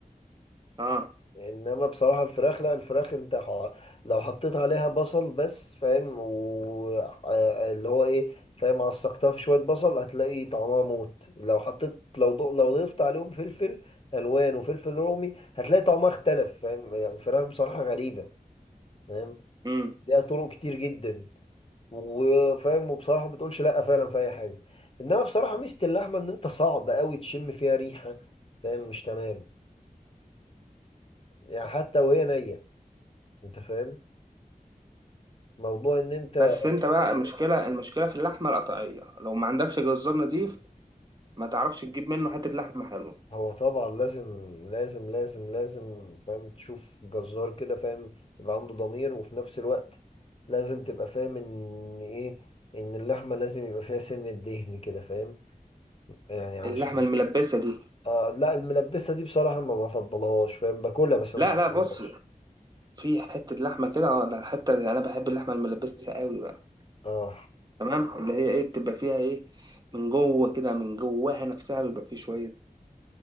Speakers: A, on the right; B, on the left.
A: <laughs> أه
B: إنما بصراحة الفراخ لا الفراخ أنت ح... لو حطيت عليها بصل بس فاهم و ع- اللي هو إيه فاهم عصقتها في شوية بصل هتلاقي طعمها موت لو حطيت لو ض... لو ضفت عليهم فلفل ألوان وفلفل رومي هتلاقي طعمها اختلف فاهم يعني الفراخ بصراحة غريبة فاهم
A: أمم
B: ليها طرق كتير جدا وفاهم وبصراحه ما بتقولش لا فعلا في اي حاجه انما بصراحه ميزه اللحمه ان انت صعب قوي تشم فيها ريحه فاهم مش تمام يعني حتى وهي نيه انت فاهم موضوع ان انت
A: بس أنت بقى المشكلة المشكلة في اللحمة القطعية لو ما عندكش جزار نضيف ما تعرفش تجيب منه حتة لحمة حلوة
B: هو طبعا لازم لازم لازم لازم فاهم تشوف جزار كده فاهم يبقى عنده ضمير وفي نفس الوقت لازم تبقى فاهم ان ايه ان اللحمه لازم يبقى فيها سنه دهن كده فاهم يعني علشان
A: اللحمة الملبسة دي
B: آه لا الملبسه دي بصراحه ما بفضلهاش فاهم باكلها بس ما
A: لا
B: بفضلهاش
A: لا بص في حتة لحمة كده اه لا حتة أنا بحب اللحمة الملبسة قوي بقى.
B: اه
A: تمام اللي هي ايه بتبقى فيها ايه من جوه كده من جواها نفسها بيبقى فيه شويه